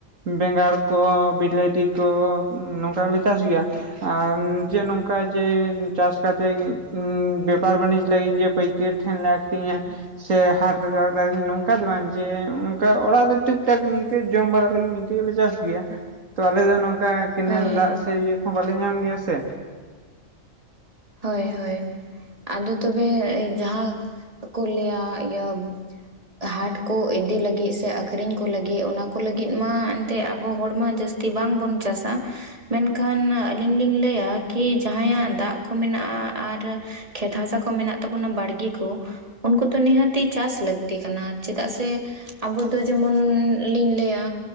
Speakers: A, on the right; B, on the right.
A: ᱵᱮᱸᱜᱟᱲ ᱠᱚ, ᱵᱤᱞᱟᱹᱛᱤ ᱠᱚ, ᱱᱚᱝᱠᱟ ᱜᱮᱞᱮ ᱪᱟᱥ ᱜᱮᱭᱟ, ᱟᱨ ᱡᱮᱱ ᱠᱟ ᱡᱮ ᱪᱟᱥ ᱠᱟᱛᱮᱜ ᱩᱸ ᱵᱮᱯᱟᱨ ᱵᱟᱹᱱᱤᱡᱽ ᱞᱟᱹᱜᱤᱫ ᱜᱮ ᱯᱟᱹᱭᱠᱟᱹᱨ ᱴᱷᱮᱱ ᱞᱮ ᱟᱹᱠᱷᱨᱤᱧᱟ᱾ ᱥᱮ ᱦᱟᱴᱨᱮ <inaudible> ᱱᱚᱝᱠᱟ ᱫᱚ ᱵᱟᱝ ᱡᱮ ᱚᱱᱠᱟ ᱚᱲᱟᱜ ᱨᱮ ᱴᱩᱠ ᱴᱟᱠ ᱱᱤᱝᱠᱟᱹ ᱡᱚᱢ ᱵᱟᱲᱟ ᱞᱟᱹᱜᱤᱫ᱾ ᱞᱮ ᱪᱟᱥ ᱜᱮᱭᱟ ᱛᱚ ᱟᱞᱮ ᱫᱚ ᱱᱚᱝᱠᱟ ᱠᱮᱱᱮᱞ
B: ᱦᱳᱭ
A: ᱫᱟᱜ ᱥᱮ ᱤᱭᱟᱹ ᱠᱚᱦᱚᱸ ᱵᱟᱞᱮ ᱧᱟᱢ ᱜᱮᱭᱟ ᱥᱮ,
B: ᱦᱳᱭ ᱦᱳᱭ, ᱟᱫᱚ ᱛᱚᱵᱮ ᱡᱟᱦᱟᱸ ᱠᱚ ᱞᱟᱹᱭᱟ ᱤᱭᱟᱹ ᱦᱟᱴ ᱠᱚ ᱤᱫᱤ ᱞᱟᱹᱜᱤᱫ ᱥᱮ ᱟᱹᱠᱷᱨᱤᱧ ᱠᱚ ᱞᱟᱹᱜᱤᱫ ᱚᱱᱟ ᱠᱚ ᱞᱟᱹᱜᱤᱫ ᱢᱟ ᱮᱱᱛᱮ ᱟᱵᱚ ᱦᱚᱲᱢᱟ ᱡᱟᱹᱥᱛᱤ ᱛᱮ ᱵᱟᱝᱵᱚᱱ ᱪᱟᱥᱟ᱾ ᱢᱮᱱᱠᱷᱟᱱ ᱟᱹᱞᱤᱧ ᱞᱤᱧ ᱞᱟᱹᱭᱟ ᱠᱤ ᱡᱟᱦᱟᱸᱭᱟᱜ ᱫᱟᱜ ᱠᱩ ᱢᱮᱱᱟᱜ-ᱟ ᱟᱨ ᱠᱷᱮᱛ ᱦᱟᱥᱟ ᱠᱚ ᱢᱮᱱᱟᱜ ᱛᱟᱵᱚᱱᱟ ᱵᱟᱲᱜᱮ ᱠᱚ, ᱩᱱᱠᱩ ᱛᱚ ᱱᱤᱦᱟᱹᱛᱤ ᱪᱟᱥ ᱞᱟᱹᱠᱛᱤ ᱠᱟᱱᱟ ᱪᱮᱫᱟᱜ ᱥᱮ? ᱟᱵᱩ ᱫᱚ ᱡᱮᱢᱚᱱ ᱞᱤᱧ ᱞᱟᱹᱭᱟ᱾